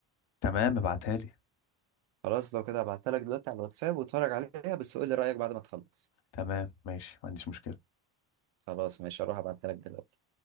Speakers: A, on the left (about 55°); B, on the right (about 70°).
A: تمام ابعتها لي
B: خلاص لو كده هبعتها لك دلوقتي على الواتساب واتفرج عليها بس قول لي رأيك بعد ما تخلص
A: تمام ماشي ما عنديش مشكلة
B: خلاص ماشي هروح ابعتها لك دلوقتي